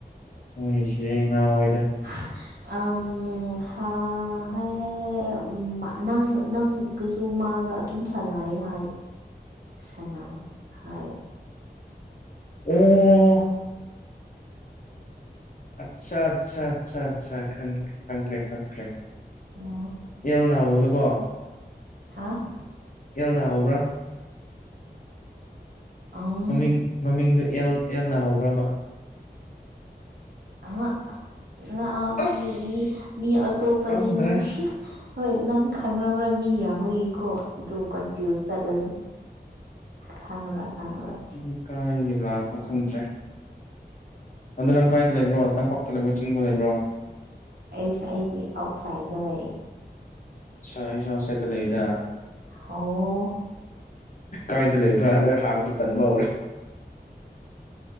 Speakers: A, on the left; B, on the right.
A: ꯃꯣꯏꯁꯦ ꯉꯥꯥꯎꯋꯤꯗ
B: <unintelligible> ꯑꯝ ꯍꯥ ꯍꯦ ꯎꯝ ꯅꯪ ꯅꯪ ꯒꯤ ꯑꯗꯨ ꯃꯥꯒ ꯑꯗꯨꯝ ꯁꯥꯟꯅꯩ ꯍꯥꯏ ꯁꯅ ꯍꯥꯏ
A: ꯑꯣ ꯑꯁꯥ ꯑꯁꯥ ꯑꯁꯥ ꯑꯁꯥ ꯈꯪ ꯈꯪꯈ꯭ꯔꯦ ꯈꯪꯈ꯭ꯔꯦ
B: ꯑꯣ
A: ꯑꯦꯜ ꯅꯥꯍꯧꯕꯗꯨꯀꯣ
B: ꯍꯥꯥ
A: ꯑꯦꯜ ꯅꯥ ꯍꯧꯕ꯭ꯔꯥ
B: ꯑꯥꯎ
A: ꯃꯤꯡ ꯃꯃꯤꯡꯗꯨ ꯑꯦꯜ ꯑꯦꯜ ꯍꯧꯕ꯭ꯔꯕ
B: ꯑꯍꯥ ꯂꯥ ꯑꯗꯨꯗꯤ
A: ꯑꯁ
B: ꯃꯤ ꯃꯤ ꯑꯇꯣꯞꯄꯅꯤ
A: ꯈꯪꯗ꯭ꯔꯦ
B: ꯅꯪ ꯍꯣꯏ ꯅꯪ ꯈꯪꯅꯕ ꯃꯤ ꯌꯥꯝꯕꯒꯤꯀꯣ ꯑꯗꯨꯝ ꯀꯟꯐ꯭ꯌꯨꯁ ꯆꯠꯂꯅꯤ ꯈꯪꯉꯔꯣꯏ ꯈꯪꯉꯔꯣꯏ
A: ꯃꯤꯀꯥꯏꯗꯒꯤ ꯂꯥꯛꯄ꯭ꯔꯥ ꯈꯪꯗ꯭ꯔꯦ ꯑꯗꯨ ꯅꯪ ꯀꯥꯏꯗ ꯂꯩꯕ꯭ꯔꯣ ꯇꯝꯄꯥꯛꯇ ꯂꯩꯕ꯭ꯔꯣ ꯆꯤꯡꯗ ꯂꯩꯕ꯭ꯔꯣ
B: ꯑꯩꯁ ꯑꯩꯗꯤ ꯑꯥꯎꯠꯁꯥꯏꯗ ꯂꯩ
A: ꯁ ꯑꯩꯖꯨ ꯑꯥꯎꯁꯥꯏꯠꯇ ꯂꯩꯗ
B: ꯍꯥꯎꯋꯣ
A: ꯀꯥꯏꯗ ꯂꯩꯕ꯭ꯔꯥ ꯑꯗꯨ ꯍꯥꯡꯕ ꯇꯟꯕ ꯍꯧꯔꯦ